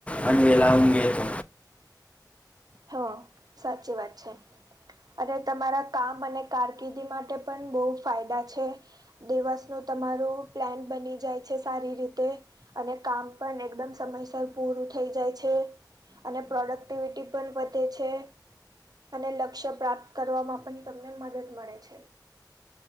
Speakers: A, on the left; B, on the right.
A: અને વેલા ઊંઘે છે
B: હ સાચી વાત છે. અને તમારા કામ અને કારકિર્દી માટે પણ બહુ ફાયદા છે. દેવાસ નું તમારું પ્લેન બની જાય છે સારી રીતે અને કામ પણ એકદમ સમયસર પૂરું થઈ જાય છે અને પ્રોડક્ટિવિટી પણ વધે છે અને લક્ષ્ય પ્રાપ્ત કરવામાં પણ તમને મદદ મળે છે.